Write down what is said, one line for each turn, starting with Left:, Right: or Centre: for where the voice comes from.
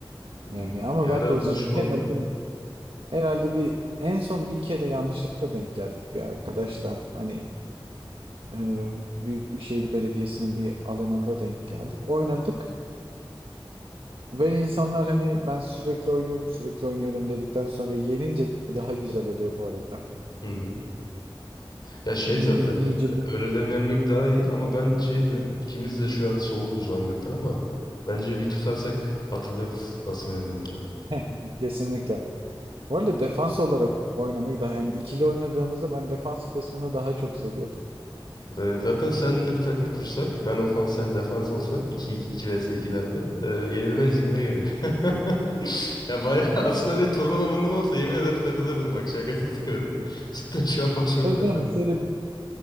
Left: <laughs>
Right: Yani ama
Left: Bir ara
Right: ben de uzun
Left: buluşup oynayalım.
Right: herhalde Herhalde bir en son bir kere yanlışlıkla denk geldik bir arkadaşla. Hani e, Büyükşehir Belediyesi'nin bir alanında denk geldik. Oynadık. Böyle insanlar hani ben sürekli oynuyorum sürekli oynuyorum dedikten sonra yenince daha güzel oluyor bu arada.
Left: Hı hı. Ya şey
Right: Yani
Left: zaten
Right: iyice
Left: öğlelerini
Right: bir...
Left: yenmek daha iyi ama ben şey diyorum ikimiz de şu an soğuğuz langırta ama bence bir tutarsak hatırlarız nasıl oynadığımızı.
Right: <laughs> Kesinlikle. Bu arada defans olarak oynamayı da yani ikili oynadığımızda ben defans kısmını daha çok seviyordum.
Left: Ee, zaten seninle bir takım kursak, ben ofans sen defans olsak 2 2 vs 2'lerde e, yenilmez gibime geliyor. <laughs> Ya bayağı aslında öyle bir turnuva murnuva olsa yemin ederim katılırdım bak şakasız diyorum. <laughs> Cidden şu an başvurup
Right: Tabii
Left: katılırım.
Right: canım şöyle